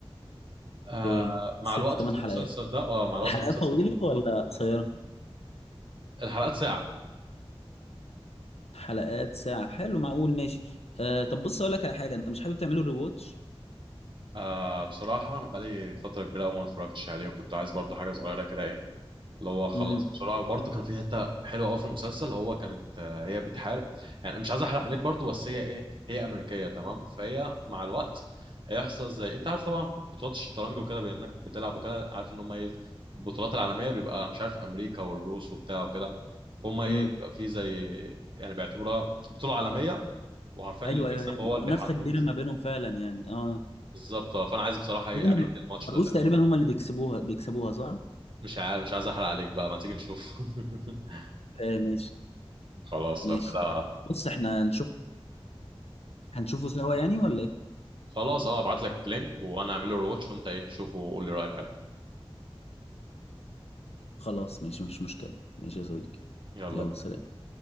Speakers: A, on the right; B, on the left.
A: آه
B: في
A: مع
B: ست
A: الوقت
B: تمن
A: في المسلسل
B: حلقات
A: ده اه مع الوقت
B: الحلقات
A: في المسلسل
B: طويلة ولا قصيرة
A: الحلقات ساعة
B: حلقات ساعة حلو معقول ماشي آه طب بص اقول لك على حاجة انت مش حابب تعمله ريواتش
A: آه بصراحة أنا بقالي فترة كبيرة أوي ما اتفرجتش عليه وكنت عايز برضو حاجة صغيرة كده إيه اللي هو خلص
B: امم
A: بسرعه وبرده كان في حته حلوه قوي في المسلسل هو كانت آه، هي بتحارب يعني أنا مش عايز احرق عليك برده بس هي ايه هي امريكيه تمام فهي مع الوقت هيحصل زي انت عارف طبعا بطولات الشطرنج وكده بانك بتلعب وكده عارف ان هم ايه البطولات العالميه بيبقى مش عارف امريكا والروس وبتاع وكده فهم ايه
B: امم
A: بيبقى في زي يعني بيعتبروها بطوله عالميه وعارفين
B: ايوه
A: اللي بيكسب
B: ايوه هي المنافسة
A: هو اللي بيحدد
B: كبيرة ما بينهم فعلا يعني اه
A: بالظبط آه، فانا عايز بصراحه ايه
B: تقريبا
A: اعيد الماتش
B: الروس
A: ده تاني
B: تقريبا هم اللي بيكسبوها بيكسبوها صح؟
A: مش عارف مش عايز احرق عليك بقى ما تيجي نشوف <laughs>
B: آه ماشي
A: خلاص
B: ماشي
A: لو كده
B: طب بص احنا هنشوف هنشوفه سوا يعني ولا ايه؟
A: خلاص اه ابعت لك لينك وانا اعمل له رواتش وانت ايه شوفه وقول لي رايك عليه
B: خلاص ماشي مفيش مشكلة ماشي يا صديقي
A: يلا
B: يلا
A: بينا.
B: سلام